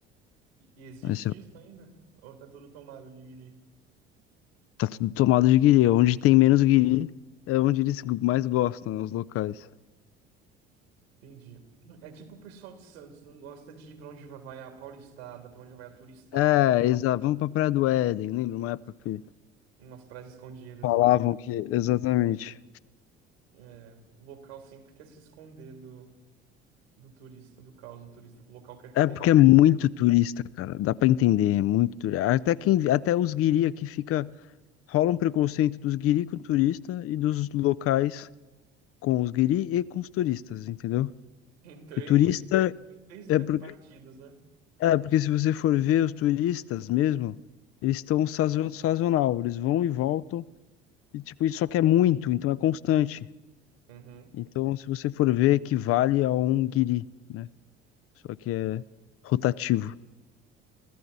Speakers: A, on the right; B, on the left.
A: E e existe
B: Aí você
A: isso ainda? Ou tá tudo tomado de guiri?
B: tá tudo tomado de guiri. Onde tem menos guiri é onde eles mais gostam, né, os locais.
A: Entendi. É tipo o pessoal de Santos, não gosta de ir pra onde vai a paulistada, pra onde vai a turistada.
B: É, exato. Vamos pra Praia do Éden. Lembra uma época que
A: Umas praias escondidas,
B: Falavam
A: entende?
B: que, exatamente.
A: É, o local sempre quer se esconder do, do turista, do caos, do turista. O local quer,
B: É
A: quer
B: porque
A: relaxar.
B: é muito turista, cara. Dá pra entender, é muito turista. Até quem, até os guiri aqui fica, rola um preconceito dos guiri com turista e dos locais com os guiri e com os turistas, entendeu?
A: Em três,
B: Porque turista
A: em três
B: é
A: de-
B: porque,
A: partidas, né?
B: é porque se você for ver os turistas mesmo, eles estão sazon- sazonal, eles vão e voltam e tipo, isso só que é muito, então é constante.
A: Uhum.
B: Então, se você for ver, equivale a um guiri, né? Só que é rotativo.